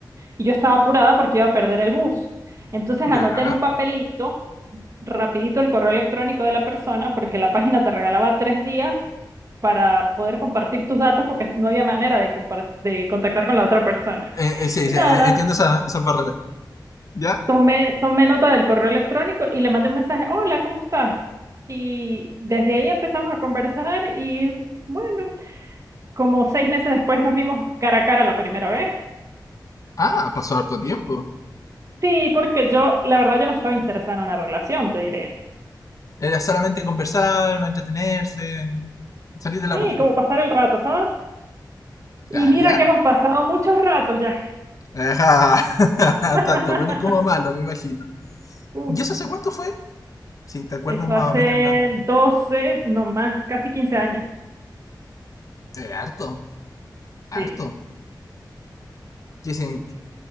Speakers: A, on the right; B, on the left.
A: y yo estaba apurada porque iba a perder el bus. Entonces anoté
B: Ya.
A: en un papelito rapidito el correo electrónico de la persona porque la página te regalaba tres días para poder compartir tus datos porque no había manera de, compar- de contactar con la otra persona.
B: Eh, eh, sí,
A: Y
B: sí,
A: nada,
B: eh, entiendo esa- esas barreras. ¿Ya?
A: tomé, tomé nota del correo electrónico y le mandé un mensaje, hola, ¿cómo estás? Y desde ahí empezamos a conversar y bueno, como seis meses después nos vimos cara a cara la primera vez.
B: Ah, pasó harto tiempo.
A: Sí, porque yo, la verdad, yo no estaba interesada en una relación, te diré.
B: Era solamente conversar, entretenerse, salir de la
A: Sí,
B: rutina.
A: como pasar el rato, ¿sabes? Y
B: Claro,
A: mira
B: ¿ya?
A: que hemos pasado muchos ratos ya.
B: Ajá. <laughs>
A: <laughs>
B: Tanto buenos como malos, me imagino.
A: Uf,
B: ¿Y eso hace cuánto fue? Si te acuerdas
A: eso
B: más
A: hace
B: o menos la...
A: doce no más, casi quince años.
B: Eh, harto, harto.
A: Sí,
B: Que se-